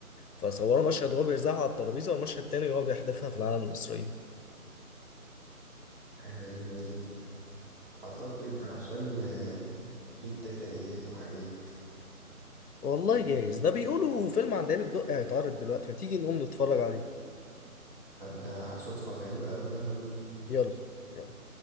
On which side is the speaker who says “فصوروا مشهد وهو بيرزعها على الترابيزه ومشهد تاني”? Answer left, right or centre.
Left